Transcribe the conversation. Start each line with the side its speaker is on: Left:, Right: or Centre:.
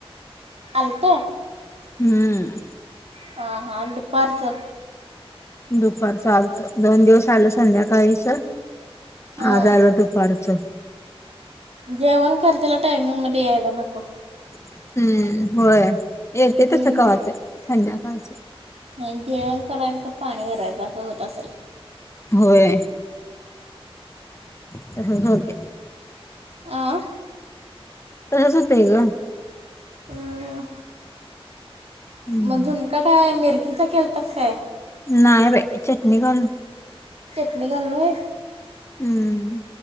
Right: आलत
Left: हम्म.
Right: हा हा दुपारचं.
Left: दुपारच आलत दोन दिवस झालं संध्याकाळीच
Right: हां
Left: आज आलं दुपारच
Right: जेवण करतेला टायमिंगमध्ये यायला नको
Left: हम्म. होय. येते
Right: हम्म.
Left: तस कवा तर संध्याकाळच
Right: आणि जेवण करायचं पाणी भरायचं असं होत आसलं
Left: होय तसच होते.
Right: आं
Left: तसंच होतंय का
Right: हा
Left: हम्म
Right: मधून का काय मिर कस केलत काय
Left: नाही बाई चटणी घालून
Right: निघाल व्हय
Left: हम्म.